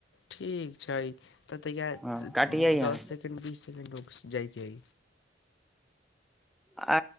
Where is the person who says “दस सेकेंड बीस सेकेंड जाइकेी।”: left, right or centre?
Left